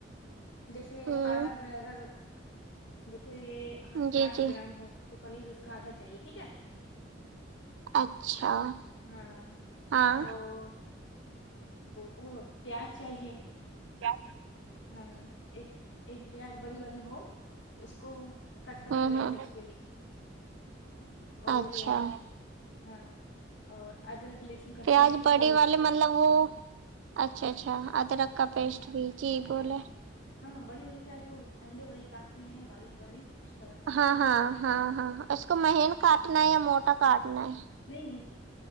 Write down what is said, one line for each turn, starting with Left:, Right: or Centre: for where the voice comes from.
Left: جیسے
Right: ہ
Left: پالک اگر جیسے
Right: جی
Left: چار
Right: جی
Left: سو گرام ہو تو پنیر اس کا آدھا چاہیے ٹھیک ہے
Right: اچھا
Left: ہاں
Right: ہاں
Left: اور وہ پیاز چاہیے
Right: پیاز
Left: ہاں ایک ایک پیاز بڑی والی ہو اس کو کٹ کر
Right: ہوں
Left: کے رکھ
Right: ہوں
Left: لیں اس کے لیے اور
Right: اچھا
Left: یہ ہاں اور ادرک لہسن کا
Right: پیاز
Left: پیسٹ
Right: بڑی
Left: تو
Right: والی مطلب وہ اچھا اچھا ادرک کا پیسٹ بھی جی بولے
Left: ہاں ہاں بڑی والی پیاز جو انڈے والی کاٹتے ہیں باریک باریک اس طرح کاٹیں
Right: ہاں
Left: گے
Right: ہاں ہاں ہاں اس کو مہین کاٹنا یا موٹا کاٹنا ہے
Left: نہیں